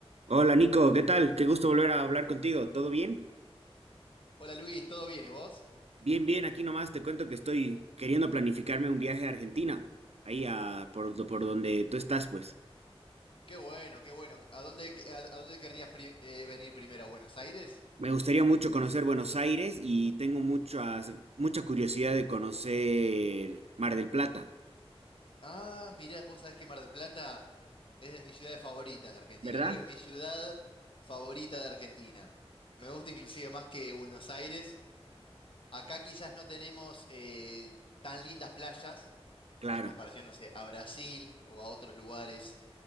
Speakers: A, on the right (about 80°); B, on the left (about 55°).
A: Hola Nico, ¿qué tal? Qué gusto volver a hablar contigo. ¿Todo bien?
B: Hola Luis, ¿todo bien? ¿Y vos?
A: Bien, bien, aquí nomás te cuento que estoy queriendo planificarme un viaje a Argentina, ahí a, por, do- por donde tú estás, pues.
B: Qué bueno, qué bueno. ¿A dónde, a, a dónde querrías pri- eh, venir primero? ¿A Buenos Aires?
A: Me gustaría mucho conocer Buenos Aires y tengo muchas, mucha curiosidad de conocer Mar del Plata,
B: Ah, mirá, vos sabés que Mar del Plata es de mis ciudades favoritas de Argentina.
A: ¿verdad?
B: Creo que es mi ciudad favorita de Argentina. Me gusta inclusive más que Buenos Aires. Acá quizás no tenemos eh, tan lindas playas
A: Claro.
B: en comparación, no sé, a Brasil o a otros lugares